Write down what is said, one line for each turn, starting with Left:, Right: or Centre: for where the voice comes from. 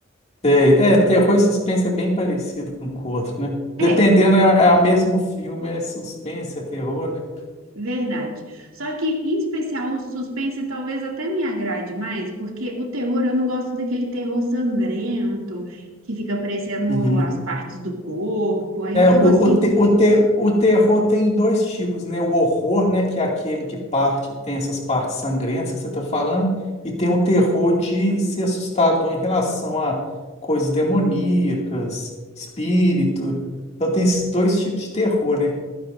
Left: sei. É, terror e suspense é bem parecido um com o outro, né?
Right: É,
Left: Dependendo, é, é o mesmo filme, é suspense, é terror, né?
Right: Verdade. Só que, em especial, o suspense talvez até me agrade mais, porque o terror, eu não gosto daquele terror sangrento que fica aparecendo
Left: Uhum.
Right: as partes do corpo. Aí,
Left: É,
Right: Então,
Left: o,
Right: assim,
Left: o, te- o, te- o terror tem dois tipos, né? O horror, né? Que é aquele que parte, tem essas partes sangrentas que você está falando, e tem o terror de ser assustador em relação a coisas demoníacas, espírito. Então tem esses dois tipos de terror, né?